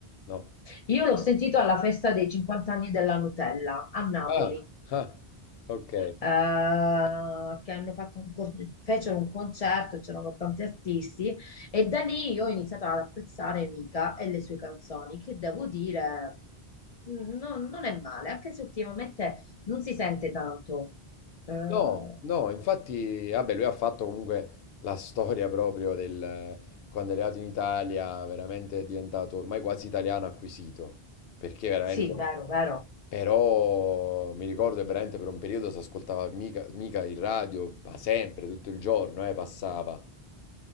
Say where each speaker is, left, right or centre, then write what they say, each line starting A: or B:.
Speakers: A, on the left; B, on the left.
A: No.
B: Io l'ho sentito alla festa dei 50 anni della Nutella a Napoli.
A: Ah, ah, ok.
B: eh, che hanno fatto un cor- fecero un concerto, c'erano tanti artisti e da lì io ho iniziato ad apprezzare Mika e le sue canzoni, che devo dire mh, non, non è male, anche se ultimamente non si sente tanto. Eh,
A: No, no, infatti, vabbè, lui ha fatto comunque la storia proprio del quando è arrivato in Italia, veramente è diventato ormai quasi italiano acquisito, perché veramente
B: sì,
A: no.
B: vero, vero.
A: Però mi ricordo che veramente per un periodo si ascoltava mica, mica il radio, ma sempre, tutto il giorno, eh, passava.